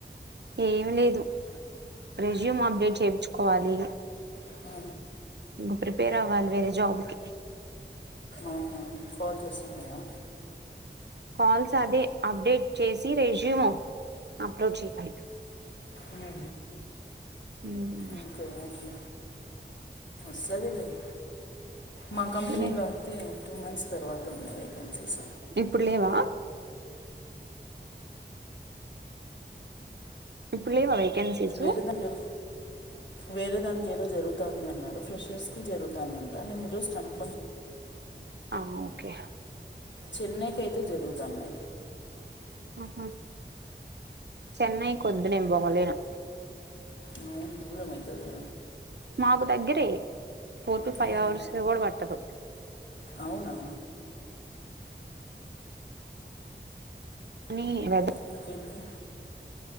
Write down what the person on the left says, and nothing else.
ఆ
ఆ ఫాల్ చేస్తుంది మయా
హ
ఓకే ఓకే సదిలేదు మా కంపెనీలో
అతే టూ మంత్స్ తర్వాత ఉన్నాయి వేకెన్సీస్
వేరే దానికి వేరే దానికి ఏదో జరుగుతుంది అన్నాడు ఫ్రెషర్స్ కి జరుగుతుంది అంట నేను రజ అనును
చెన్నైకి అయితే జరుగుతాన్నా
అవును దూరమతేరు
um,
అవునా
ఇంకే ఇకే